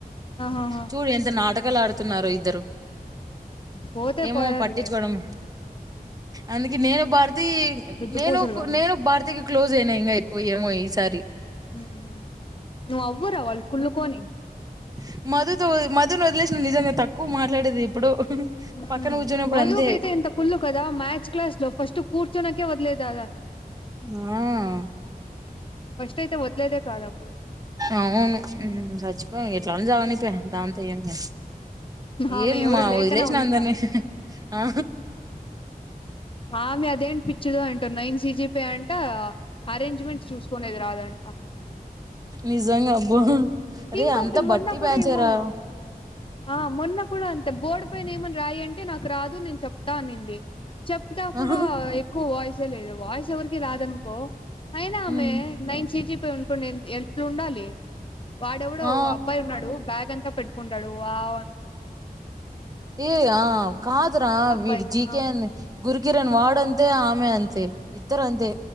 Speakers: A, on the left; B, on the right.
A: ఆహాహా
B: చూడు ఎంత నాటకం లాడుతున్నారు ఇద్దరు
A: పోతే
B: ఏమో
A: పోయారులే
B: పట్టించుకోవడం అందుకే నేను భారతీ
A: సుద్దు
B: నేను
A: పూసలు వాళ్ళు
B: నేను భారతీకి క్లోజ్ అయినా ఇంకా ఎక్కువ ఏమో ఈసారి
A: ఉ ఉ నువ్వు అవ్వురా వాళ్లు కుళ్ళుకోని
B: స మధుతో మధును వదిలేసిన నిజంగా తక్కువ మాట్లాడేది ఇప్పుడు
A: ఉ
B: పక్కన కూర్చున్నప్పుడు
A: మధుకైతే
B: అంతే
A: ఎంత కుల్లు కదా మ్యాథ్స్ క్లాస్ ఫస్ట్ కూర్చోనక వద్లేదా
B: ఆ
A: ఫస్ట్ అయితే వదిలేదే కాదు అప్పుడు
B: అవును సచ్చిపో ఎట్లైనా చావని లే అ ఏమి
A: ఆమె
B: ఏం
A: ఎవరో
B: మా
A: లేఖనా
B: వదిలేసిన
A: ఉందిగా
B: అందరినీ ఆ
A: ఆమె అదేంటి పిచ్చిదో ఏంటో నైన్ సిజి పే అంట అరేంజ్మెంట్స్ చూసుకునేది రాదంట
B: నిజంగా అబ్బా రే
A: ఇంకొకటి
B: అంత బట్టి
A: మొన్న కూడా
B: బ్యాచారా
A: ఏమో ఆ మొన్న కూడా అంతే బోర్డు పైన ఏమన్నా రాయ్ అంటే నాకు రాదు నేను చెప్తా అనింది చెప్తా కూడా
B: ఆహా,
A: ఎక్కువ వాయిస్ <unintelligible> వయస్ ఎవరికి రాదనుకో అయనా అమె
B: ఉమ్
A: నైన్ సి టీ <unintelligible> ఎట్లా ఉండాలి వాడెవడో
B: ఆ
A: అబ్బాయి ఉన్నాడు బ్యాగ్ అంతా పెట్టు చడువా అనుకుంటా
B: ఏయ ఆ కాదు రా
A: అబ్బాయి
B: వీడు జి
A: ఆ
B: కే ఎన్ గురుకిరన్ వాడు అంతే ఆమె అంతే ఇద్దరు అంతే